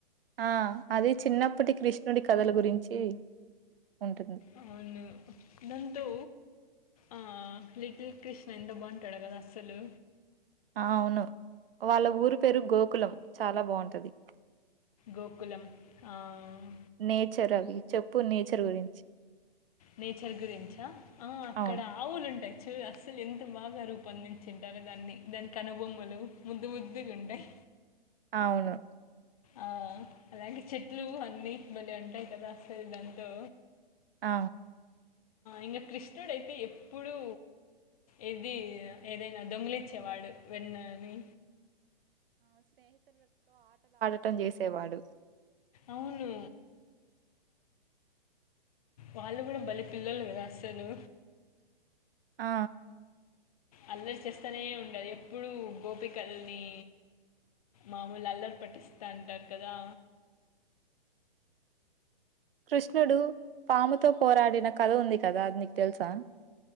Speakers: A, on the right; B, on the left.
A: ఆ అది చిన్నప్పటి కృష్ణుడి కథల గురించి ఉంటుంది.
B: అవును దాంతో ఆ లిటిల్ కృష్ణ ఎంత బాగుంటాడు కదా అసలు
A: అవును వాళ్ళ ఊరు పేరు గోకులం చాలా బాగుంటది
B: గోకులం ఆ,
A: నేచర్ అవి చెప్పు నేచర్ గురించి <inaudible>
B: నేచర్ గురించా ఆ అక్కడ
A: అవును.
B: ఆవులు ఉంటాయి చ్చుర్ అస్సలు ఎంత బాగా రూపొందించింటారుో దాన్ని దాని కనుబొమ్మలు ముద్దు ముద్దుగ్ ఉంటాయి
A: అవును
B: ఆ అలాగే చెట్లు అన్ని బలే ఉంటాయి కదా అసల్ దాంతో
A: ఆ
B: ఇంకా కృష్ణుడుయితే ఎప్పుడూ ఏది ఏదైనా దొంగలిచ్చేవాడు వెన్నని
A: ట్ చేసేవాడు
B: అవును వాళ్ళు కూడా బళ పిల్లలు క రాస్తాను
A: ఆ
B: అల్లరి చేస్తూనే ఉండాలి ఎప్పుడూ గోపికలని మామూలు అల్లరి పట్టిస్తాంటారు కదా
A: కృష్ణుడు పాముతో పోరాడిన కథ ఉంది కదా అనికి తెలుసా